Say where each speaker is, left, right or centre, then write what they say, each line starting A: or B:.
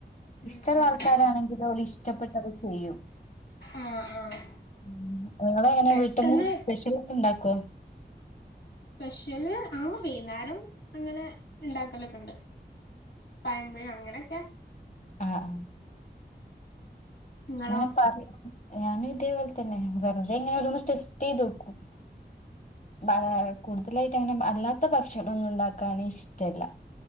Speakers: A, on the left; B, on the left.
A: ഉം
B: ഇഷ്ട്ടൊള്ള
A: ഉം
B: ആൾക്കാരാണെങ്കില് ഓല് ഇഷ്ടപ്പെട്ടത് ചെയ്യും
A: ആഹ് ആഹ്
B: ഉം ഇങ്ങളെങ്ങനാ
A: പെട്ടെന്ന്
B: വീട്ടിന്ന് സ്പെഷ്യലൊക്കെ ഇണ്ടാക്കോ
A: സ്പെഷ്യല് ആഹ് വൈന്നേരം അങ്ങനെ ഇണ്ടാക്കലൊക്കെണ്ട് പഴംപൊരി അങ്ങനൊക്കെ
B: ആഹ് ആഹ്
A: ഇങ്ങളോ
B: ഇങ്ങനെ പറയും ഞാനും ഇതേപോലെ തന്നെ വെറുതെ ഇങ്ങനോരോന്ന് ടെസ്റ്റെയ്ത് നോക്കും ആഹ് കൂടുതലായിട്ട് അങ്ങനെ അല്ലാത്ത ഭക്ഷണമൊന്നും ഉണ്ടാക്കാൻ ഇഷ്ടല്ല